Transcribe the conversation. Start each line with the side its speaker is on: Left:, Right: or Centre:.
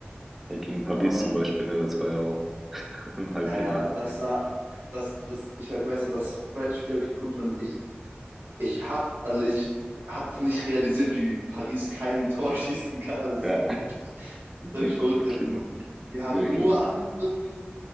Centre: Ja, Gegen Paris
Right: Aber
Centre: zum Beispiel, ne? Das war ja auch <laughs> im Halbfinale.
Right: naja, das war, das, das, ich hab, weiß noch, das zweite Spiel habe ich geguckt und ich ich habe also ich habe nicht realisiert, wie Paris kein Tor schießen kann. Also
Centre: Ja,
Right: es war wirklich,
Centre: <laughs>
Right: wirklich verrückt.
Centre: wirklich,
Right: Die, hatten, die haben
Centre: wirklich.
Right: nur angegriffen.